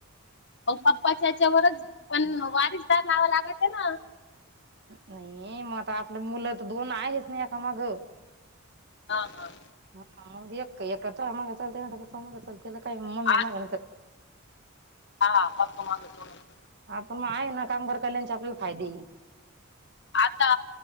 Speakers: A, on the left; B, on the right.
A: मग पप्पाच्या हच्यावरच पण वारीसदार लावावा लागत ना
B: नाही मग आता आपलं मुलं तर दोन आहेच ना एका मागं
A: हा हां
B: हा मग एक एका मागा चालते ना पप्पा मागा चालते तेला काय मम्मी
A: हा आ
B: मागा न
A: हा मक्क माग जोडायला
B: आपण पण मग आहे ना कामगार कम आणि आपल्याला <unintelligible> फायदेही
A: आता